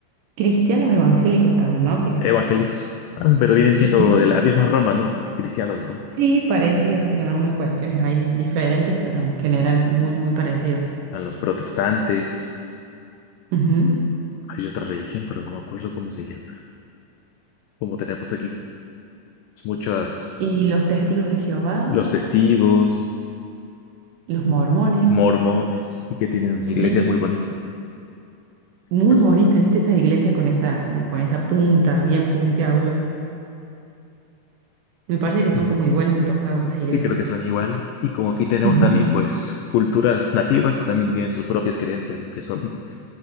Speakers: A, on the right; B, on the left.
A: cristianos evangélicos también, ¿no? Que
B: Evangélicos, Ah, pero vienen siendo
A: Ujú.
B: de la misma rama, ¿no? Cristianos, ¿no?
A: sí, parecidos, tienen algunas cuestiones ahí di- diferentes, pero en general muy, muy parecidos.
B: A los protestantes.
A: Ujú.
B: Hay otra religión, pero no me acuerdo cómo se llama. como tenemos aquí muchos,
A: Y los testigos de Jehová,
B: los testigos,
A: los mormones,
B: mormones, y que tienen
A: Sí.
B: iglesias muy bonitas, ¿no?
A: muy
B: Pero-
A: bonitas, ¿viste? Esas iglesias con esa, como con esa punta, bien puntiaguda. Me parece que son
B: Ujú.
A: como iguales en todos lados las iglesias.
B: Sí, creo que son iguales. Y como aquí tenemos
A: Ujú.
B: también, pues, culturas nativas, también tienen sus propias creencias, ¿no? Que son